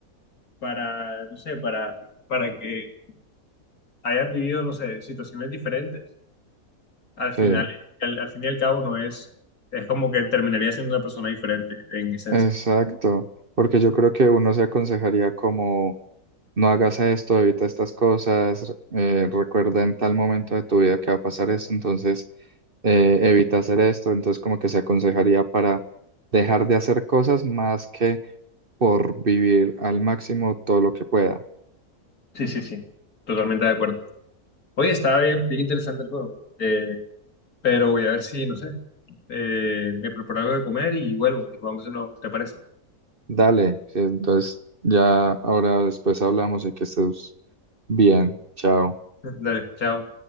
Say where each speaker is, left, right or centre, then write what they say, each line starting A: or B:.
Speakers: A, on the left; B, on the right.
A: para, no sé, para, para que hayan vivido, no sé, situaciones diferentes. Al final,
B: sí.
A: al, al fin y al cabo, no es, es como que terminaría siendo una persona diferente en esencia.
B: Exacto, porque yo creo que uno se aconsejaría como no hagas esto, evita estas cosas, eh, recuerda en tal momento de tu vida que va a pasar esto, entonces eh, evita hacer esto, entonces como que se aconsejaría para dejar de hacer cosas más que por vivir al máximo todo lo que pueda.
A: Sí, sí, sí, totalmente de acuerdo. Oye, estaba bien, bien interesante el juego, eh, pero voy a ver si, no sé, eh, me preparo algo de comer y vuelvo y vamos de nuevo, ¿te parece?
B: Dale, sí, entonces ya ahora después hablamos y que estés bien, chao.
A: <laughs> Dale, chao.